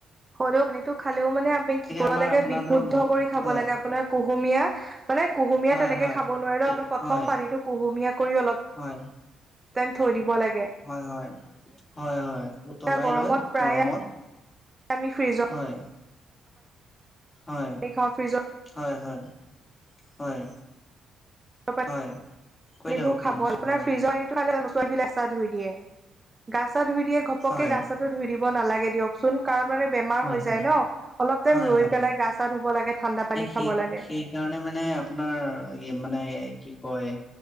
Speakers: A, on the right; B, on the left.
A: হ'লেও পানীতো খালেও মানে আমি কি কৰিব
B: আমাৰ
A: লাগ
B: আপোনাৰ
A: বিশুদ্ধ
B: ধৰক
A: কৰি খাব
B: হয়
A: লাগে আপোনাৰ কুহুমীয়াা মানে কুহুমীয়া
B: হয়
A: তেনেকে
B: হয়
A: খাব নোৱাৰিলো আপ প্ৰথম
B: হয়
A: পানীতো কুহুমীয়া কৰি অলপ,
B: হয়
A: টাইম থৈ দিব লাগ
B: হয় হয়, হয় হয় উতলাই
A: গৰমত
B: লৈ
A: প্ৰায়ে
B: গৰমত
A: আমি ফ্ৰীজত
B: হয় হয়,
A: খাওঁ ফ্ৰিজৰ
B: হয় হয়, হয়।
A: <unintelligible>
B: হয় কৈ
A: পানীবোৰ
B: থাকক শুনি
A: খাব
B: আছো
A: আপোনাৰ
B: হয়
A: ফ্ৰিজৰ পানী <unintelligible> <unintelligible> পাই চা ধুই দিয়ে, গা চা ধুই দিয়ে ঘপকে
B: হয়
A: গা চাটো ধুই দিব নালাগে দিয়কচোন। কাৰণ মানে বেমাৰ
B: হয়
A: হৈ
B: হয়
A: যায় ন অলপ টাইম
B: হয়
A: ৰৈ
B: হয়
A: পেলাই গা চা ধুব লাগে ঠাণ্ডা পানী
B: সেই
A: খাব লাগে।
B: সেইকাৰণে মানে মানে আপোনাৰ মানে কি কয়,